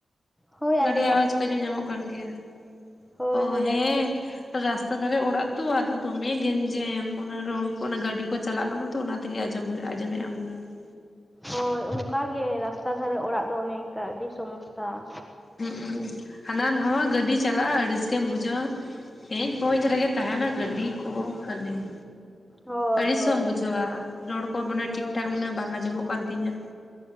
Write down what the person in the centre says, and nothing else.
ᱦᱳᱭ
ᱟᱸᱡᱚᱢᱚᱜ
ᱠᱟᱱᱟ
ᱱᱟᱥᱮ
ᱱᱟᱥᱮ
ᱦᱳᱭ
ᱦᱳᱭ
ᱟᱸᱡᱚᱢᱚᱜ ᱠᱟᱱᱟ᱾
ᱦᱳᱭ ᱚᱱᱠᱟ ᱜᱮ ᱨᱟᱥᱛᱟ ᱫᱷᱟᱨᱮ ᱚᱲᱟᱜ ᱫᱚ ᱚᱱᱮ ᱤᱱᱠᱟ ᱟᱹᱰᱤ ᱥᱚᱢᱚᱥᱥᱟ ᱾
ᱦᱳᱭ
ᱦᱳᱭ
ᱦᱳᱭ